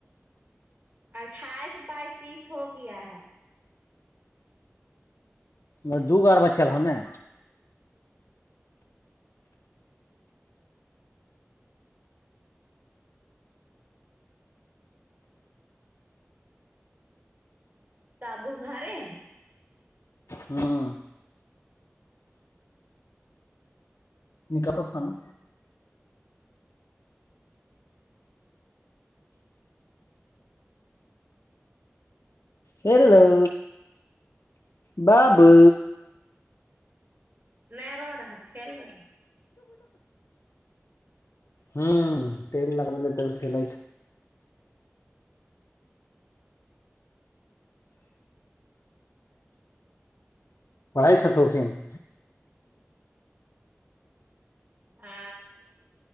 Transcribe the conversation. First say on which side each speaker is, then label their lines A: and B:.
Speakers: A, on the right; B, on the left.
A: اٹھائیس بائیتییس ہو گیا ہے
B: م دو گو آ اور بچےل ہوں نے
A: تبو گھارے ہیں
B: ہاں نکا تو خانا ہیلو بابو
A: نہیں رہو رہا کل رہا
B: ہوں تیل لگے ت سل پڑھائی تھ تو کھین ہوں
A: ہاں